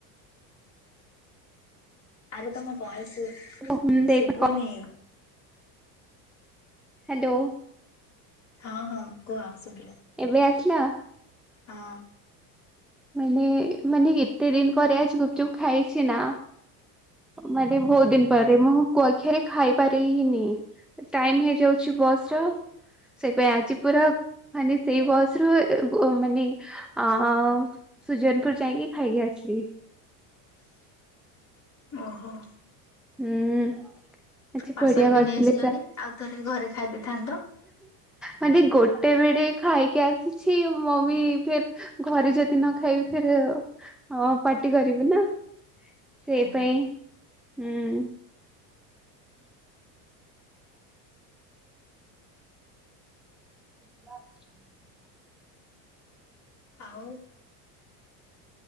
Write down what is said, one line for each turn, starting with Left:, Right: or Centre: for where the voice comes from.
Left: ଆରେ ତମ ଭଏସ୍
Centre: ହ୍ୟାଲୋ
Left: ଶୁବୁନି।
Centre: ହାଲୋ।
Left: ହଁ ହଁ କୁହ ଶୁଭିଲା।
Centre: ଏବେ ଆସିଲା?
Left: ହଁ।
Centre: ମାନେ ମାନେ ଏତେ ଦିନପରେ ଆଜି ଗୁପଚୁପ୍ ଖାଇଚିନା ମାନେ ବହୁତ୍ ଦିନ ପରେ ମୁଁ କୁଆକ୍ଷିଆରେ ଖାଇପାରେହିନି। ଟାଇମ୍ ହେଇଯାଉଚି ବସର ସେଇତିପାଇଁ ଆଜି ପୁରା ମାନେ ସେଇ ବସରୁ ବ ମାନେ ଅ ସୁଜନପୁର ଯାଇକି ଖାଇକି ଆସିଲି।
Left: ଓହୋ।
Centre: ହୁଁ। ଆଜି
Left: ପାର୍ସଲବି
Centre: ବଢିଆ କରିଥିଲେ
Left: ନେଇ ଆସିଲନି
Centre: ସାର୍
Left: ଆଉ ଥରେ ଘରେ ଖାଇ ଦେଇଥାନ୍ତ?
Centre: ମାନେ ଗୋଟେ ବେଳେ ଖାଇକି ଆସିଚି ମମି ଫେର୍ ଘରେ ଯଦି ନଖାଇବି ଫେରେ ପାର୍ଟି କରିବେନା। ସେଇପାଇଁ
Left: ଓହୋ
Centre: ହୁଁ। <unintelligible>
Left: ଆଉ?